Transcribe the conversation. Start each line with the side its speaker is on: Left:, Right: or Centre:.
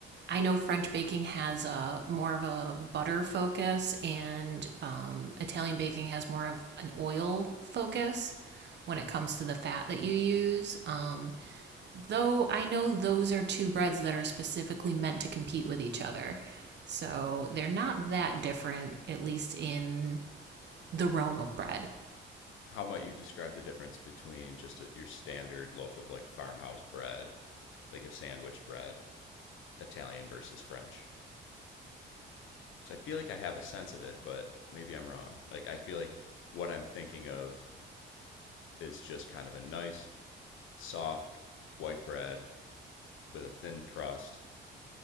Right: I know French baking has a more of a butter focus, and um, Italian baking has more of an oil focus when it comes to the fat that you use. Um, Though I know those are two breads that are specifically meant to compete with each other. So they're not that different, at least in the realm of bread.
Left: How might you describe the difference between just a, your standard loaf of like farmhouse bread, like a sandwich bread, Italian versus French? Because I feel like I have a sense of it, but maybe I'm wrong. Like I feel like what I'm thinking of is just kind of a nice, soft white bread with a thin crust